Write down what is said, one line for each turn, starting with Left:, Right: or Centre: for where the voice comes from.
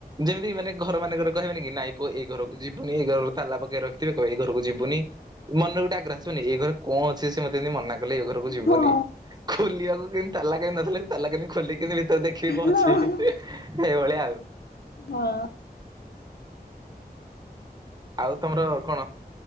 Right: ଯେମିତି ମାନେ ଘର ମାନକରେ କହିବେନି ନାଇ ପୁଅ ଏଇ ଘରକୁ ଯିବୁନି। ଏଇ ଘର ତାଲା ପକେଇକି ରଖିଥିବେ। ତ ଏଇ ଘରକୁ ଯିବୁନି ମନରେ ଗୋଟେ ଆଗ୍ରହ ଆସିବନି ଏଇ ଘରେ କଣ ଅଛି ସେ ମତେ ଏମିତି ମନା କହିଲେ ଏ ଘରକୁ ଯିବୁନି।
Left: ହଁ
Right: ଖୋଲିବାକୁ କେମ୍‌ତି ତାଲା କେମ୍‌ତି ନଥିଲେ ତାଲା କେମ୍‌ତି ଖୋଲ କେତି ଭିତରେ ଦେଖିକି କଣ
Left: ହଁ।
Right: ଅଛି ଏଇଭଳିଆ ଆଉ।
Left: ହଁ।
Right: ଆଉ ତମର କଣ?